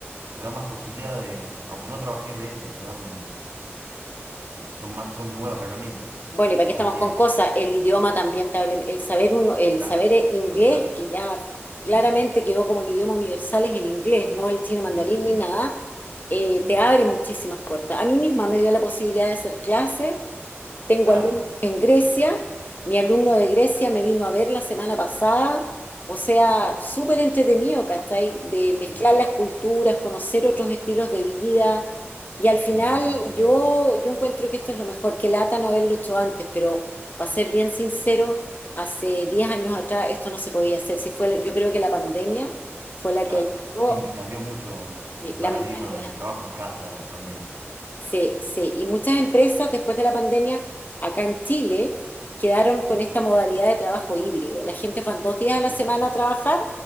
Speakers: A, on the right; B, on the left.
A: te da más posibilidades, aunque no trabajes de eso, te dan, eh, son más, son nuevas herramientas
B: Bueno, y para
A: que
B: qué
A: uno
B: estamos
A: tiene,
B: con cosas, el idioma también te habla- el saber uno, el
A: claro,
B: saber eh,
A: fundamental,
B: inglés, que ya
A: sí.
B: claramente quedó como el idioma universal, es el inglés, no el chino mandarín
A: Sí, sí, sí,
B: ni nada, eh,
A: sí,
B: te abre muchísimas puertas. A mí misma me dio la posibilidad de hacer clases tengo
A: claro,
B: alumnos en Grecia, mi alumno de Grecia me vino a ver la semana pasada, o sea, súper entretenido, ¿cachai? De
A: sí,
B: mezclar las culturas, conocer otros estilos de vida. Y al
A: sí,
B: final
A: sí, sí, sí, sí,
B: yo, yo encuentro que esto es lo mejor, que lata no haberlo hecho antes, pero para ser bien sincero, hace 10 años atrás esto no se podía hacer. Si fue, la- yo creo que la pandemia fue la
A: claro.
B: que ayudó
A: Sí, cambió mucho
B: eh,
A: el paradigma
B: la mentalidad.
A: del trabajo en casa, la pandemia.
B: Sí, sí, y muchas empresas después de la pandemia acá en Chile quedaron
A: Sí,
B: con esta modalidad de trabajo híbrido. La gente van dos días
A: sí,
B: a la semana
A: sí, sí,
B: a trabajar